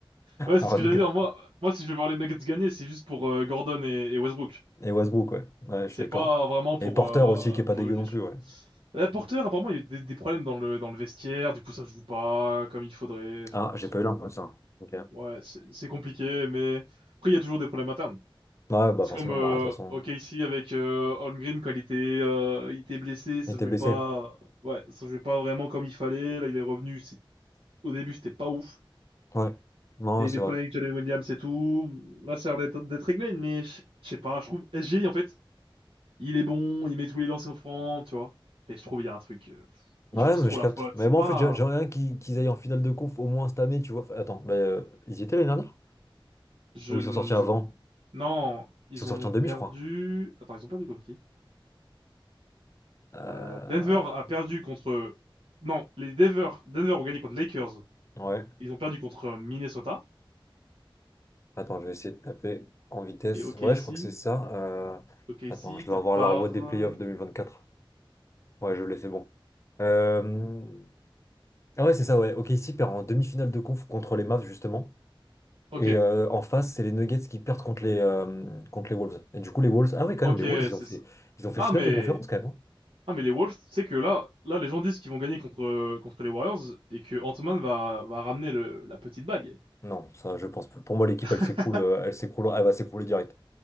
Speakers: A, on the right (about 85°); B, on the left (about 30°).
A: Ouais, c'est
B: Aaron
A: ce que j'allais
B: G-
A: dire. Moi, moi, si je vais voir les Nuggets gagner, c'est juste pour euh, Gordon et, et Westbrook.
B: et Westbrook, ouais. Ouais,
A: C'est
B: je suis d'accord.
A: pas vraiment pour
B: Et Porter
A: euh,
B: aussi, qui est pas
A: pour
B: dégueu
A: Jokic.
B: non plus, ouais.
A: Euh, Porter, apparemment, il y a eu des, des problèmes dans le dans le vestiaire. Du coup, ça joue pas comme il faudrait. Enfin,
B: Ah, j'ai
A: c'est-
B: pas eu l'info, ça. Ok.
A: ouais, c'est c'est compliqué, mais après, il y a toujours des problèmes internes.
B: Ouais, bah
A: C'est
B: forcément,
A: comme euh,
B: bah, de toute façon,
A: OKC avec euh, Holmgren quand il était euh, il était blessé, ça
B: il était
A: jouait
B: blessé.
A: pas. Ouais, ça jouait pas vraiment comme il fallait. Là, il est revenu. C'est au début, c'était pas ouf.
B: Ouais. Non,
A: Il y a
B: c'est
A: eu des problèmes
B: vrai.
A: avec Jalen Williams et tout. Là, ça a l'air d'être d'être réglé, mais je je sais pas, je trouve SGI, en fait, il est bon, il met tous les lancers francs, tu vois. Mais je trouve il y a un truc, euh, il
B: Ouais,
A: force
B: non,
A: trop
B: mais je
A: la
B: capte.
A: faute,
B: Mais
A: c'est
B: moi,
A: pas...
B: en fait, j'ai- j'aimerais bien qu'ils qu'ils aillent en finale de conf au moins cette année, tu vois. Attends, bah, euh, ils y étaient l'année dernière?
A: Je,
B: Ou
A: n-
B: ils sont sortis
A: je...
B: avant.
A: Non, ils
B: Ils sont sortis
A: ont
B: en demi,
A: perdu...
B: je crois.
A: Attends, ils ont perdu contre qui?
B: Euh,
A: Euh, Denver a perdu contre... Non, les Denver, Denver ont gagné contre Lakers.
B: Ouais.
A: Ils ont perdu contre euh, Minnesota.
B: Attends, je vais essayer de taper en vitesse.
A: Et OKC,
B: Ouais, je crois que c'est ça. Euh,
A: OKC,
B: Attends, je
A: peut-être
B: dois avoir
A: par...
B: la roue des
A: euh,
B: playoffs 2024. Ouais, je l'ai, c'est bon. Euh, Ah ouais, c'est ça, ouais. Ok, ici perd en demi-finale de conf contre les Mavs, justement.
A: Ok,
B: Et euh, en face, c'est les Nuggets qui perdent contre les, euh, contre les Wolves. Et du coup, les Wolves... Ah ouais, quand
A: ok,
B: même, les Wolves, ils
A: c'est
B: ont fait,
A: ça.
B: ils ont fait
A: Ah,
B: finale
A: mais...
B: de conférence, quand même. hein.
A: Ah mais les Wolves, tu sais que là, là les gens disent qu'ils vont gagner contre euh, contre les Warriors et que Ant-Man va va ramener le, la petite bague.
B: Non, ça, je pense. pas. Pour moi, l'équipe,
A: <laughs>
B: elle s'écroule, euh, elle s'écroule, elle va s'écrouler direct.